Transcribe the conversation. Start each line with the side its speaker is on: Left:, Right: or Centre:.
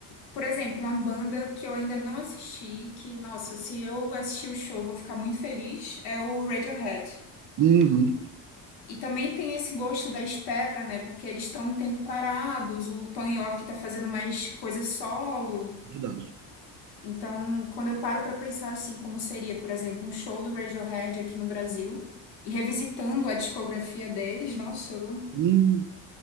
Left: por exemplo, uma banda que eu ainda não assisti, que, nossa, se eu assistir o show, eu vou ficar muito feliz, é o Radiohead.
Right: uhum,
Left: E também tem esse gosto da espera, né? Porque eles estão um tempo parados, o Tom York tá fazendo mais coisas solo.
Right: verdade.
Left: Então, quando eu paro para pensar assim, como seria, por exemplo, um show do Radiohead aqui no Brasil, e revisitando a discografia deles, nossa, eu,
Right: Hum,